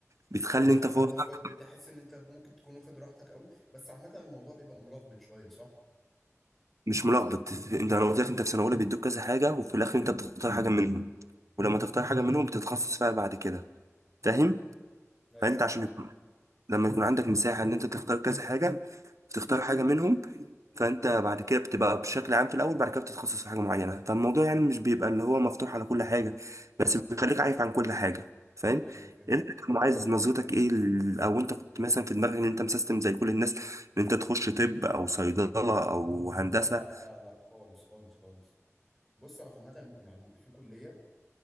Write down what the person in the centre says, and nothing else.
ايوه
فاهم
اللي هو ب- بتحس ان انت ممكن تكون واخد راحتك قوي بس عامه الموضوع بيبقى ملخبط شويه صح
امم
ايوه
ايوه
فاهمك
ايوه فهمتك
لا لا لا خالص خالص خالص بص انا عامه يعني في كليه